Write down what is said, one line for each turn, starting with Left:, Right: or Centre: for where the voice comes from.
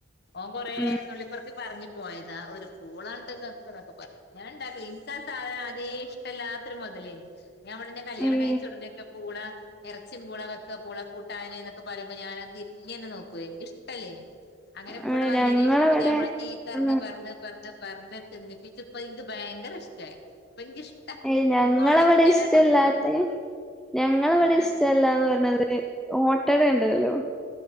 Left: ഓ കൊറെ
Centre: ഉം
Left: നുള്ളിപോർക്കി പറഞ്ഞു പോയതാ ഒരു പൂളണ്ട് ങ്ങക്ക്‌ന്നൊക്കെ പറഞ്ട്ട് ഞാണ്ടാ ഇൻക്കാസാധനാദ്യെ ഇഷ്ടല്ല ല്ലാത്തൊരു മൊതലേന് ഞാനിവിടെ ന്റെ കല്യാണംകയ്ഞ്
Centre: ഏഹ്
Left: ക്കെ പൂള എർച്ചിം പൂള വെക്ക പൂള കൂട്ടാനൊക്കെ പറയുമ്പോ ഞാനത് തിരിഞ്ഞന്നേ നോകുലെനി ൻക്ക് ഇഷ്ട ഇഷ്ടല്ലെനി അങ്ങനെ
Centre: ആ
Left: ഇവിടെ വന്നേനേഷം
Centre: ഞങ്ങളവിടെ
Left: പുതിയാപ്പള ചീത്തറഞ്
Centre: ആ
Left: പറഞ് പറഞ് പറഞ് തിന്നിപ്പിച്ചപ്പോ ഇൻക്ക് ഭയങ്കര ഇഷ്ടായി ഇപ്പൊ ഇൻക്കിഷ്ടാ
Centre: ഏ ഞങ്ങളവിടെ
Left: ഇൻക്ക് ഒടഞ്ഞതാട്ടോ
Centre: ഇഷ്ടല്ലാത്ത്
Left: ഇഷ്ടം
Centre: ഞങ്ങളവിടെ
Left: ഏഹ്
Centre: ഇഷ്ടല്ലാന്ന് പറയോന്നൊരു ഓട്ടട ണ്ടല്ലോ